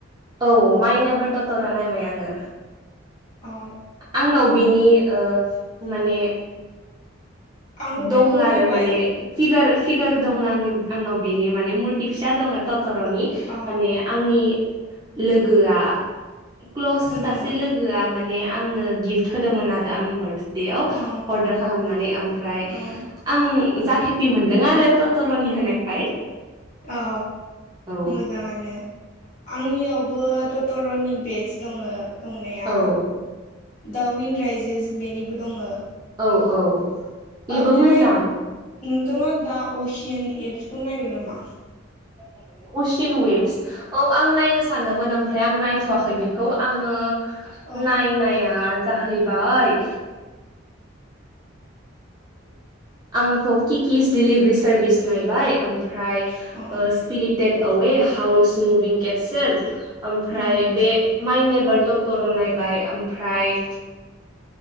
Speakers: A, on the right; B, on the left.
A: औ माइनेबाल टटरा नायबाय आङो
B: आ
A: आंनाव बिनि माने
B: आंबो
A: दङ
B: बेखौ
A: आरो
B: नायबाय
A: माने फिगार फिगार दङ आंनि आंनाव बेनि माने मुरथि फिसा दङ तथर'नि
B: औ
A: माने आंनि लोगोआ क्लस
B: होदोंमोन
A: सासे लोगो माने आंनो गिफ्ट होदोंमोन आरो आंनि बार्थडेव
B: औ
A: अर्दार खालामनानै ओमफ्राय
B: औ
A: आं जा हेपि मोनदों आरो टटर'नि होनायखाय
B: औ
A: औ
B: मोजाङानो आंनियावबो टट टरनि बेडस दङ दंनाया
A: औ
B: दावन राइजेस बेनिबो दङ
A: औ औ बेबो
B: ओमफ्राय
A: मोजां
B: नोंथाङा दा असियान एपसखौ नायबाय नामा
A: स असियान वेभस औ आं नायनो सानदोंमोन ओमफ्राय आं नायथ'वाखै बेखौ आङो
B: औ
A: नाय नाय जाहैबाय आंथ' किकिस दिडिलिभारि सारभिस नायबाय ओमफ्राय
B: औ
A: स्पिरिटेड अवे हाउस मुभिं केसेल ओमफ्राय
B: उम
A: बे माइ नेबारट'टर' नायबाय ओमफ्राय